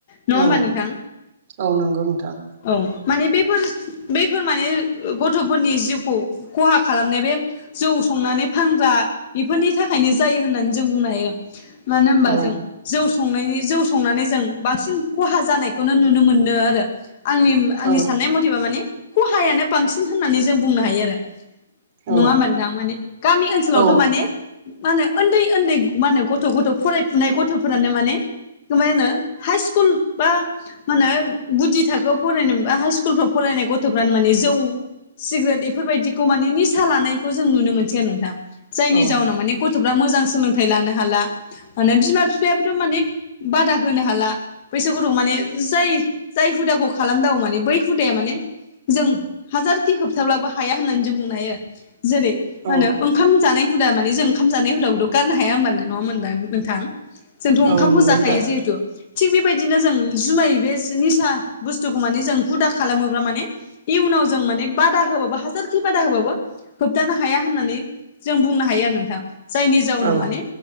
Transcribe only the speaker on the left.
नङा
होमबा नोंथां
औ माने बेफोर बफोर माने गथ'फोरनि जिउखौ खहा खालामनाय बे जौ संनानै फानग्रा बेफोरनि थाखायनो जायो होननानै जों बुंनो हायो मानो होनबा
जों जौ संनायनि जौ संनानै जों बांसिन खहा जानायखौनो नुनो मोनदों आरो आंनि आंनि
साननाय मथे बा माने खहायानो बांसिन होननानै जों बुंनो हायो आरो
नङाामोनदां माने गामि ओनसोलावथ'
माने मा होनो उन्दै उन्दै मा होनो गथ' गथ' फरायफुनाय गथ'फोरानो माने गोमायानो हाइ स्कुल बा मा होनो गुदि थाखोआव फरायनो बा हाइ स्कुलफ्राव फरायनाय गथ'फ्रानो माने जौ सिगारेट बेफोरबायदिखौ माने निसा लानायखौ जों नुनो मोनसै आरो नोंथां जायनि
जाउनाव माने गथ'फ्रा मोजां सोलोंथाइ लानो हाला माने बिमा बिफाया थ' माने बादा होनो हाला बैसागुु माने जाय जाय हुदाखौ खालामदांग माने बै हुदाया माने जों हाजारखि होबथाब्लाबो हाया होननानै जों बुंनो हायो जेरै
मा होनो ओंखाम जानाय हुदा मानिे जों ओंखाम जानाय हुदाखौथ' गारनो हाया होनोमबानो नङामोनदा नोंथां जोंथ' ओंखामखौ
जाखायो
जिहेथु थिग बेबायदिनो जों जुमाय बे निसा बुस्थुखौ माने जों हुदा खालामोब्ला माने इयुनाव जों माने बादा होबाबो हाजारखि बादा होबाबो होबथानो हाया होननानै जों बुंनो हायो आरो नोंथां जायनि जाउनाव
माने